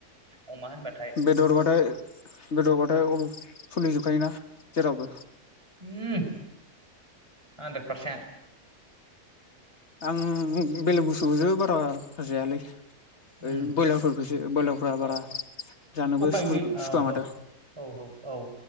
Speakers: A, on the right; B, on the left.
A: अम होनबा
B: बेदरबाथाय बेदरबाथाय अल सोलिजोबखायोना जेरावबो
A: होम हानद्रेड पारसेन्ट
B: आं बेलेग बुस्सथुखौसो बारा होजायालै।
A: उम
B: ओ बयलारफोरखौसो बयलारफोरखौसो
A: अ
B: बारा जानोबो
A: उफाय
B: सुखुवआ
A: गै औ औ
B: माथो
A: औ औ